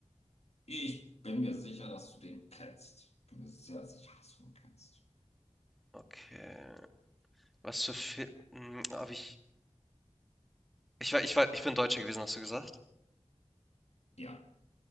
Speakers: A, on the left; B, in the centre.
A: Ich bin mir sicher, dass du den kennst. Bin mir sehr sicher, dass du den kennst.
B: Okay, was für Film habe ich? Ich war, ich war, ich bin Deutscher gewesen, hast du gesagt?
A: Ja,